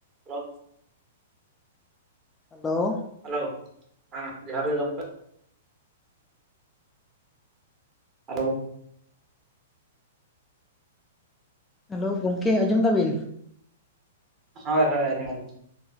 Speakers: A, on the right; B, on the left.
A: Hello
B: hello.
A: Hello ᱦᱮᱸ ᱡᱚᱦᱟᱨ ᱜᱮ ᱜᱚᱢᱠᱮ᱾ ᱦᱮᱞᱳᱣ᱾
B: ᱦᱮᱞᱳᱣ‌ ᱜᱚᱢᱠᱮ ᱟᱧᱡᱚᱢ ᱫᱟ ᱵᱤᱱ᱾
A: ᱦᱚᱭ ᱦᱚᱭ ᱟᱧᱡᱚᱢᱮᱜ-ᱟ